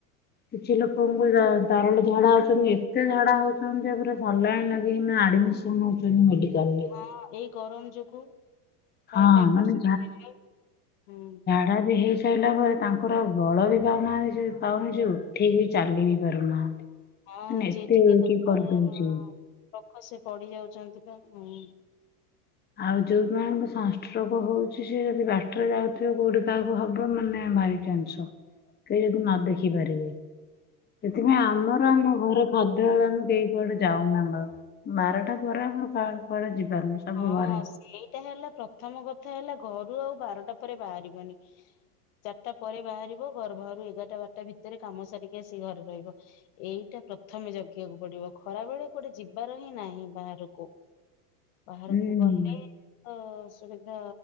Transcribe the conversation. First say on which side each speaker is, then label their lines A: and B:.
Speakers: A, on the left; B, on the left.
A: କିଛି ଲୋକଙ୍କୁ ତ ତରଳ ଝାଡା ହୋଉଛନ୍ତି ଏତେ ଝାଡା ହୋଉଛନ୍ତି ଯେ ପୁରା ସାଲାଇନ୍ ଲାଗିିକିନା ଆଡମିସ ସନ୍ ହୋଉଛନ୍ତି ମେଡିିକାଲରେ।
B: ହଁ ଏଇ ଗରମ ଯୋଗୁ ଖାଇବା
A: ହଁ
B: ଏପଟ
A: ମାନେ
B: ସେପଟ ହେଇଯୋଗୁ ହଁ।
A: ଡ଼ା ବି ହେଇସାରିଲା ପରେ ତାଙ୍କର ଆଉ ବଳ ବି ପାଉନାହାନ୍ତି ସେ ପାଉନି ଯେ ଉଠିକି ଚାଲି ବି ପାରୁନାହାନ୍ତି।
B: ହଁ
A: ମାନେ
B: ଯିଏ
A: ଏତେ
B: ଟିକେ
A: ୱିକ
B: ଦୁର୍ବଳ
A: କରିଦଉଛି।
B: ଲୋକ ସେ ପଡିଯାଉଛନ୍ତି ପା ହୁଁ।
A: ଆଉ ଯୋଉ ମାନଙ୍କୁ ସନଷ୍ଟ୍ରୋଗ ହୋଉଛି ସେ ଯଦି ବାଟରେ ଯାଉଥିବେ କୋଉଠି କାହାକୁ ହବ ମାନେ ଭାରି ଜାନିଶ କେହି ଯଦି ନ ଦେଖିପାରିବେ। ସେଥିପାଇଁ ଆମର ଆମ ଘର ଖାଦ୍ୟ ବେଳ ଆମେ କେହି କୁଆଡେ ଯାଉନ ଆମର। ବାରଟା ପରେ ଆମର କାହାର କୁଆଡେ ଯିବାର ନାହିଁ। ସବୁ
B: ହଁ
A: ଘରେ।
B: ସେଇଟା ହେଲା ପ୍ରଥମ କଥା ହେଲା ଘରୁ ଆଉ ବାରଟା ପରେ ବାହାରିବନି। ଚାରିଟା ପରେ ବାହାରିବ। ଘର ବାହାରୁ ଏଗାରଟା ବାରଟା ଭିତରେ କାମ ସାରିକି ଆସିକି ଘରେ ରହିବ। ଏଇଟା ପ୍ରଥମେ ଜଗିବାକୁ ପଡିବ। ଖରାବେଳେ କୁଆଡେ ଯିବାର ହିଁ ନାହିଁ ବାହାରକୁ। ବାହାରକୁ
A: ହୁଁ।
B: ଗଲେ ତ ଅସୁବିଧା